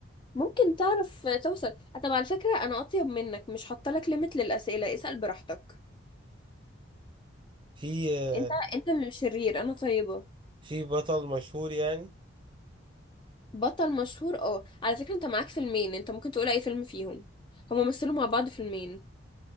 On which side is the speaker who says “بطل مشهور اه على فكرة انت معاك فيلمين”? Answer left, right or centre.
Left